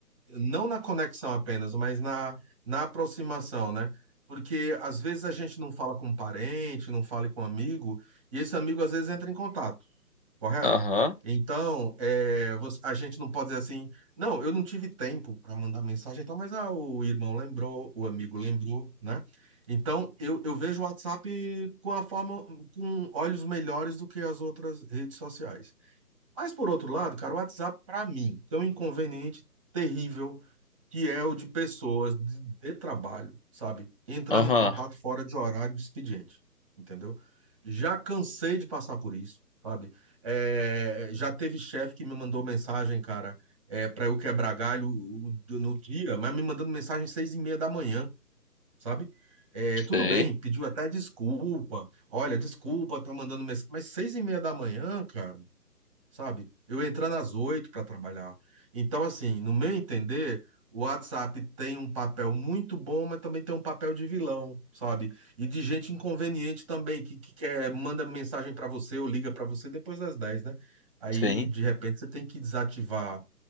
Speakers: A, on the right; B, on the left.
A: não na conexão apenas, mas na, na aproximação, né? Porque às vezes a gente não fala com um parente, não fala com um amigo, e esse amigo às vezes entra em contato correto?
B: Aham.
A: Então, é, você- a gente não pode dizer assim, não, eu não tive tempo para mandar mensagem, então, mas ah, o irmão lembrou, o amigo lembrou, né? Então, eu, eu vejo o WhatsApp com a forma, com olhos melhores do que as outras redes sociais. Mas por outro lado, cara, o WhatsApp, para mim, tem um inconveniente terrível que é o de pessoas de, de trabalho, sabe? Entrando
B: Aham.
A: em contato fora de horário de expediente, entendeu? Já cansei de passar por isso, sabe? É, já teve chefe que me mandou mensagem, cara, é, para eu quebrar galho no dia, mas me mandando mensagem às seis e meia da manhã, sabe? É, tudo
B: Sei.
A: bem, pediu até desculpa. Olha, desculpa, tá mandando mensagem, mas seis e meia da manhã, cara sabe? Eu entrando às oito para trabalhar. Então, assim, no meu entender, o WhatsApp tem um papel muito bom, mas também tem um papel de vilão, sabe? E de gente inconveniente também, que, que quer, manda mensagem para você ou liga para você depois das dez né? Aí,
B: Sim.
A: de repente, você tem que desativar